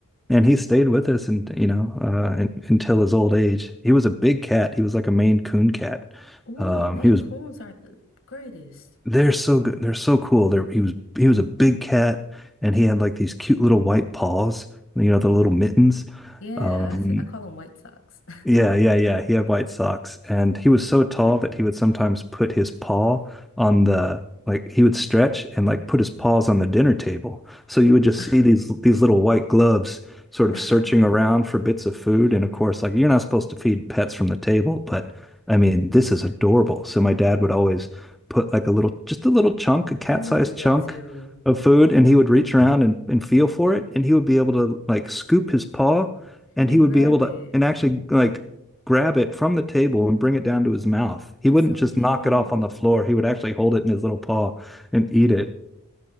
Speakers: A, in the centre; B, on the left.
A: and he stayed with us and you know uh, and, until his old age. He was a big cat. He was like a Maine Coon cat.
B: Ooh,
A: Um,
B: Maine
A: he was
B: Coons are the greatest.
A: they're so good. They're so cool. They're, he was he was a big cat and he had like these cute little white paws, you know, the little mittens.
B: Yeah,
A: Um,
B: I, th- I call them White socks.
A: Yeah, yeah, yeah. He had white socks, and he was so tall that he would sometimes put his paw on the like he would stretch and like put his paws on the dinner table. So you would just
B: <laughs>
A: see these these little white gloves sort of
B: I
A: searching around for bits of food. And of course, like you're not supposed to feed pets from the table, but I mean, this is adorable. So my dad would always put like a little, just a little chunk, a cat-sized
B: would do that
A: chunk
B: too.
A: of food, and he would reach around and, and feel for it, and he would be able to like scoop his paw and
B: And
A: he would
B: grab
A: be able to
B: it.
A: and actually like grab it from the table and bring it down to his mouth. He
B: That's
A: wouldn't
B: so
A: just
B: cute.
A: knock it off on the floor. He would actually hold it in his little paw and eat it. <laughs>